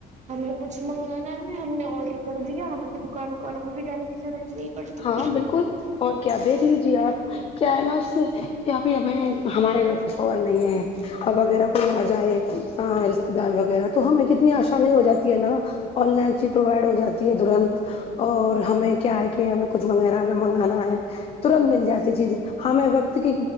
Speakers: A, on the right (about 45°); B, on the left (about 35°).
A: ہمیں کچھ منگانا ہے ہم نے آڈر کر دیا ہمیں تو دکان وکانوں پہ بھی جانے کی ضرورت نہیں پڑتی
B: ہاں بالکل اور کیا دیکھ لیجے آپ کیا ہے نا اس سے کہ ابھی ہمیں ہمارے گھر پہ شوہر نہیں ہے ا وغیرہ کوئی آ جائے رشتے دار وغیرہ تو ہمیں کتنی آسانی ہو جاتی ہے نا آن لائن چیز پرووائڈ ہو جاتی ہے ترنت اور ہمیں کیا ہے کہ ہمیں کچھ منگیرا منگانا ہے ترنت مل جاتی چیز ہمیں وقت کی